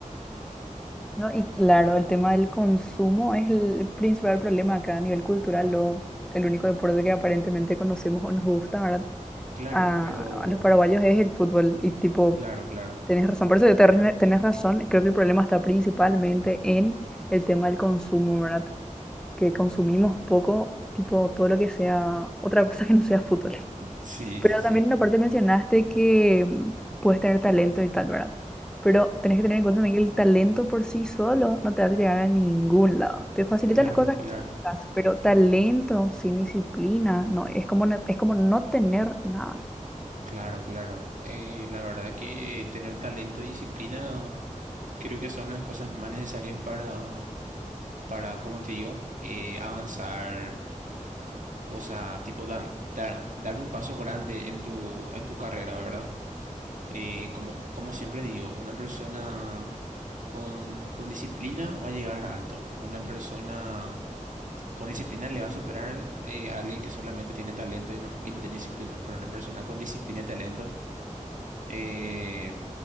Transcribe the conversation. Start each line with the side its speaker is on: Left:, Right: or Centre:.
Centre: No, y claro, el tema del consumo es el principal problema acá a nivel cultural, lo, el único deporte que aparentemente conocemos o nos gusta, ¿verdad?
Right: Claro,
Centre: A,
Right: pero
Centre: a los paraguayos es el fútbol y tipo,
Right: claro, claro.
Centre: tenés razón, por eso yo te re- tenés razón, creo que el problema está principalmente en el tema del consumo, ¿verdad? Que consumimos poco, tipo, todo lo que sea, otra cosa que no sea fútbol.
Right: Sí,
Centre: Pero
Right: sí, sí.
Centre: también aparte mencionaste que mm, puedes tener talento y tal, ¿verdad? Pero tenés que tener en cuenta también que el talento por sí solo no te va a llegar a ningún lado. Te facilita
Right: Claro,
Centre: las cosas
Right: claro.
Centre: quizás, pero talento sin disciplina, no, es como, no- es como no tener nada.
Right: Claro, claro. Eh, la verdad que tener talento y disciplina creo que son las cosas más necesarias para, para, como te digo, eh, avanzar, o sea, tipo dar, dar, dar un paso grande en tu, en tu carrera, ¿verdad? Eh, como, como siempre digo, una persona con, con disciplina va a llegar alto. Una persona con disciplina le va a superar eh, a alguien que solamente tiene talento y no, y no tiene disciplina. Pero una persona con disciplina y talento eh,